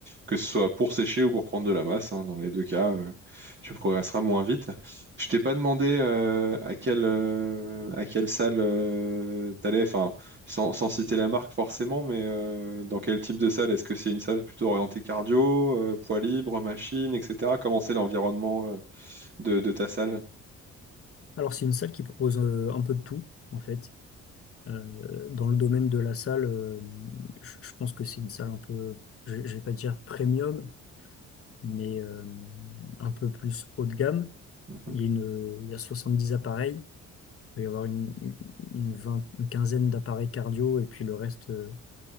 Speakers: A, on the right; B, on the left.
A: Que ce soit pour sécher ou pour prendre de la masse, hein, dans les deux cas, euh, tu progresseras moins vite. Je t'ai pas demandé euh, à quelle, euh, à quelle salle euh, t'allais, enfin, sans, sans citer la marque forcément, mais euh, dans quel type de salle? Est-ce que c'est une salle plutôt orientée cardio, euh, poids libre, machine, etc. Comment c'est l'environnement euh, de, de ta salle?
B: Alors, c'est une salle qui propose euh, un peu de tout, en fait. Euh, dans le domaine de la salle, euh, je, je pense que c'est une salle un peu, je ne vais pas dire premium, mais euh, un peu plus haut de gamme.
A: Mhm,
B: Il y a une, il y a 70 appareils. Il doit y avoir une, une, vingt- une quinzaine d'appareils cardio et puis le reste, euh,